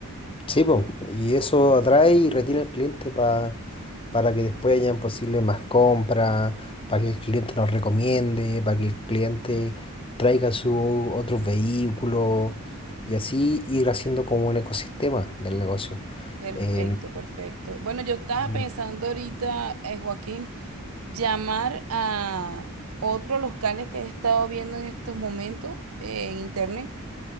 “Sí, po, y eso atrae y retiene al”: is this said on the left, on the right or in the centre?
Left